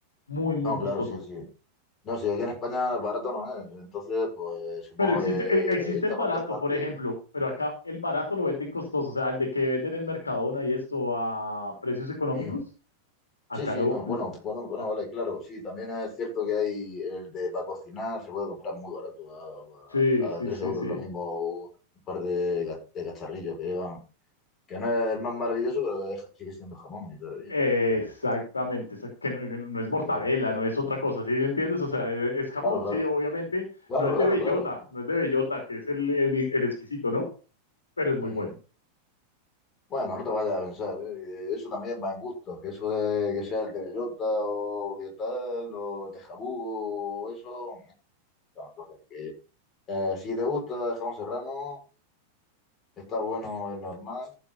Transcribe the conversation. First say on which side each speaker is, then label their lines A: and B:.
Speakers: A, on the left; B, on the left.
A: Muy, muy
B: No,
A: costoso.
B: claro, sí, sí. No, sí, aquí en España barato no es. Entonces, pues supongo
A: Pero existe,
B: que
A: eh, existe
B: irte
A: el
B: a
A: barato,
B: cualquier parte.
A: por ejemplo, pero acá el barato lo venden costoso. O sea, el de que venden en Mercadona y esto a precios económicos.
B: Ujú.
A: Acá
B: Sí, sí,
A: lo,
B: no. Bueno, bueno, bueno,
A: Ah,
B: vale, claro. Sí, también es cierto que hay el de para cocinar, se puede comprar muy barato,
A: Sí,
B: a,
A: sí,
B: a, 3
A: sí,
B: euros
A: sí.
B: lo mismo, un par de, ga- de cacharrillos que llevan. Que no es el más maravilloso, pero es- sigue siendo jamón y todo bien.
A: Exactamente,
B: Eh,
A: esa- que no, no no es
B: bueno,
A: mortadela,
B: claro,
A: no es otra cosa, ¿sí entiendes? O sea, es, es jamón,
B: claro, claro,
A: sí, obviamente,
B: claro,
A: no es
B: claro,
A: de bellota,
B: claro.
A: no es de bellota, que es el, el- el exquisito, ¿no? Pero es muy
B: Ujú.
A: bueno.
B: Bueno, no te vayas a pensar, ¿eh? Eso también va en gusto, que eso de que sea el Tereyota o qué tal, o Tejabugo, o eso, son cosas que... eh, si te gusta jamón serrano, está bueno, es normal,